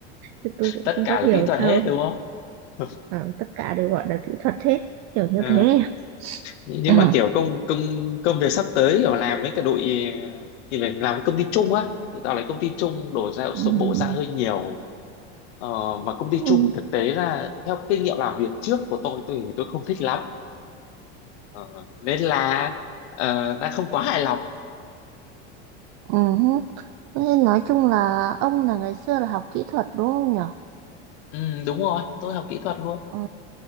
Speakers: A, on the right (about 50°); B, on the left (about 75°).
A: Chứ tôi cũng
B: tất
A: không
B: cả
A: có
B: là
A: hiểu
B: kỹ thuật
A: sâu.
B: hết đúng không <laughs>
A: À, tất cả đều gọi là kỹ thuật hết, kiểu như
B: Ừ.
A: thế.
B: nhưng
A: Ừ.
B: mà kiểu công công công việc sắp tới ở làm với cả đội ờ, thì phải làm với công ty chung á tạo lại công ty chung đổ ra
A: Ừ.
B: số bộ ra hơi nhiều ờ, mà công ty
A: Ừ.
B: chung thực tế là theo kinh nghiệm làm việc trước của tôi tôi thì tôi không thích lắm ờ, nên là ờ, đã không quá hài lòng
A: Ừ. Ừ. Thế Nói chung là ông là ngày xưa là học kỹ thuật đúng không nhở?
B: ừ, đúng rồi tôi học kỹ thuật luôn
A: Ừ.